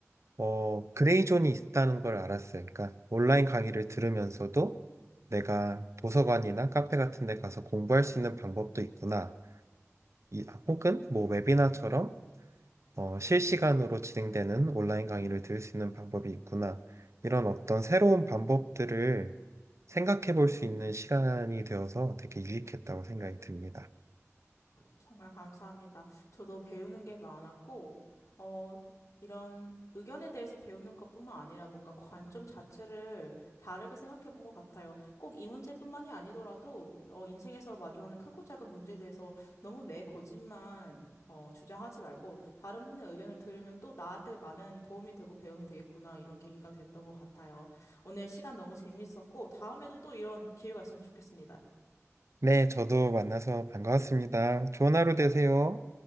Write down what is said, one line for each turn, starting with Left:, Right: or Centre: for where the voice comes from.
Right: 어, 그레이 존이 있다는 걸 알았어요. 그러니까 온라인 강의를 들으면서도 내가 도서관이나 카페 같은 데 가서 공부할 수 있는 방법도 있구나. 이, 혹은 뭐 웨비나처럼 어, 실시간으로 진행되는 온라인 강의를 들을 수 있는 방법이 있구나. 이런 어떤 새로운 방법들을 생각해 볼 수 있는 시간이 되어서 되게 유익했다고 생각이 듭니다.
Left: 정말 감사합니다. 저도 배우는 게 많았고, 어, 이런 의견에 대해서 배우는 것뿐만 아니라 뭔가 관점 자체를 다르게 생각해 본 것 같아요. 꼭 이 문제뿐만이 아니더라도, 어, 인생에서 마주하는 크고 작은 문제에 대해서 너무 내 고집만 어, 주장하지 말고 다른 분의 의견을 들으면 또 나한테 많은 도움이 되고 배움이 되겠구나 이런 계기가 됐던 것 같아요. 오늘 시간 너무 재미있었고 다음에도 또 이런 기회가 있으면 좋겠습니다.
Right: 네, 저도 만나서 반가웠습니다. 좋은 하루 되세요.